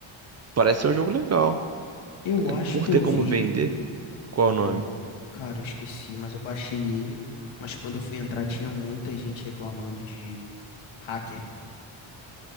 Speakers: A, on the right (about 35°); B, on the left (about 70°).
A: Parece ser um jogo legal.
B: eu acho
A: Por
B: que
A: ter
B: eu vi.
A: como vender, qual é o
B: Eu,
A: nome?
B: cara, eu esqueci, mas eu baixei ele. Mas quando eu fui entrar, tinha muita gente reclamando de hacker.